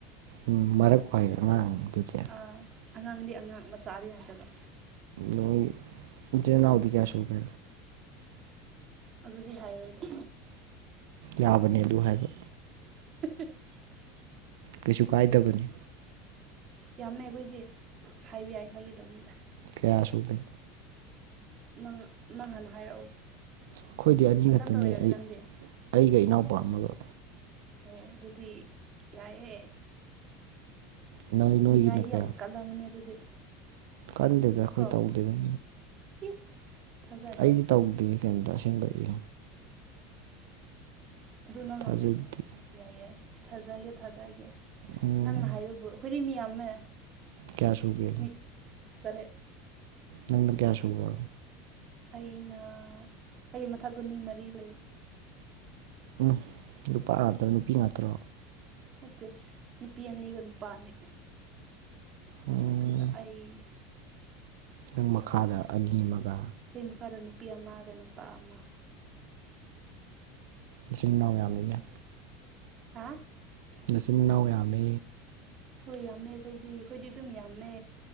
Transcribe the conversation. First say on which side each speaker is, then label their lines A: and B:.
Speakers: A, on the right (about 85°); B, on the right (about 40°).
A: ꯎꯝ ꯃꯔꯛ ꯋꯥꯢ ꯑꯉꯥꯡ ꯑꯗꯨꯗꯤ
B: ꯑ ꯑꯉꯥꯡꯗꯤ ꯑꯉꯥꯡ ꯃꯆꯥꯗꯤ ꯅꯠꯇꯕ
A: ꯅꯣꯢ ꯢꯆꯤꯟ ꯢꯅꯥꯎꯗꯤ ꯀꯌꯥ ꯁꯨꯒꯦ
B: ꯑꯗꯨꯗꯤ ꯍꯥꯏꯔꯔꯣꯏꯗ
A: ꯌꯥꯕꯅꯦ ꯑꯗꯨ ꯍꯥꯏꯕ
B: <unintelligible>
A: ꯀꯩꯁꯨ ꯀꯥꯏꯗꯕꯅꯦ
B: ꯌꯥꯝꯃꯦ ꯑꯩꯈꯣꯏꯗꯤ ꯍꯥꯏꯕ ꯌꯥꯏ ꯐꯒꯤ ꯇꯧꯕꯅꯤꯗ
A: ꯀꯌꯥꯁꯨ ꯎꯦ
B: ꯅꯪ ꯅꯪ ꯍꯥꯟꯅ ꯍꯥꯏꯔꯛꯑꯣ
A: ꯑꯩꯈꯣꯏꯗꯤ ꯑꯅꯤ
B: ꯅꯁꯥꯝꯇ
A: ꯈꯛꯇꯅꯦ
B: ꯑꯣꯏꯔꯅꯤ
A: ꯑꯩ
B: ꯅꯪꯗꯤ
A: ꯑꯩꯒ ꯏꯅꯥꯎꯄꯥ ꯑꯃꯒ
B: ꯑꯣ ꯑꯣ ꯑꯗꯨꯗꯤ ꯌꯥꯏꯑꯦ
A: ꯅꯣꯏ ꯅꯣꯏꯒꯤꯅ
B: ꯅꯤꯡꯉꯥꯏꯗꯤ
A: ꯀꯌꯥ
B: ꯌꯥꯝ ꯀꯜꯂꯝꯃꯅꯤ ꯑꯗꯨꯗꯤ
A: ꯀꯟꯗꯦꯗ ꯑꯩꯈꯣꯏ
B: ꯀꯣ
A: ꯇꯧꯗꯦꯗ
B: ꯏꯁ ꯊꯥꯖꯗꯦ
A: ꯑꯩꯗꯤ ꯇꯧꯗꯦ ꯀꯩꯝꯇ ꯑꯁꯦꯡꯕꯒꯤ
B: ꯑꯗꯨ ꯅꯪ
A: ꯊꯥꯖꯗꯦ
B: ꯍꯧꯖꯤꯛ ꯌꯥꯏ ꯌꯥꯏ ꯊꯥꯖꯒꯦ ꯊꯥꯖꯒꯦ
A: ꯎꯝ
B: ꯅꯪꯅ ꯍꯥꯏꯕꯕꯨ ꯑꯩꯈꯣꯏꯗꯤ ꯃꯤ ꯌꯥꯝꯃꯦ꯫
A: ꯀꯌꯥ ꯁꯨ ꯀ
B: ꯃꯤ ꯇꯔꯦꯠ
A: ꯅꯪ ꯀꯌꯥꯁꯨꯨꯕ
B: ꯑꯩꯅ ꯑꯩꯒꯤ ꯃꯊꯛꯇ ꯃꯤ ꯃꯔꯤ ꯂꯩ꯫
A: ꯎꯝ ꯅꯨꯄꯥ ꯉꯥꯛꯇ꯭ꯔ ꯅꯨꯄꯤ ꯉꯥꯛꯇ꯭ꯔꯣ?
B: ꯅꯠꯇꯦ ꯅꯨꯄꯤ ꯑꯅꯤꯒ ꯅꯨꯄꯥ ꯑꯅꯤ꯫
A: ꯎꯝ
B: ꯑꯗꯨꯒ ꯑꯩ
A: ꯅꯪ ꯃꯈꯥꯗ ꯑꯅꯤ ꯑꯃꯒ
B: ꯂꯩ ꯃꯈꯥꯗ ꯅꯨꯄꯤ ꯑꯃꯒ ꯅꯨꯄꯥ ꯑꯃ
A: ꯏꯆꯤꯟ ꯏꯅꯥꯎ ꯌꯥꯝꯃꯤꯅꯦ꯫
B: ꯍꯥ
A: ꯅꯆꯤꯟ ꯃꯅꯥꯎ ꯌꯥꯝꯃꯤ꯫
B: ꯍꯣꯏ ꯌꯥꯝꯃꯦ ꯑꯩꯈꯣꯏꯗꯤ ꯑꯩꯈꯣꯏꯗꯤ ꯑꯗꯨꯝ ꯌꯥꯝꯃꯦ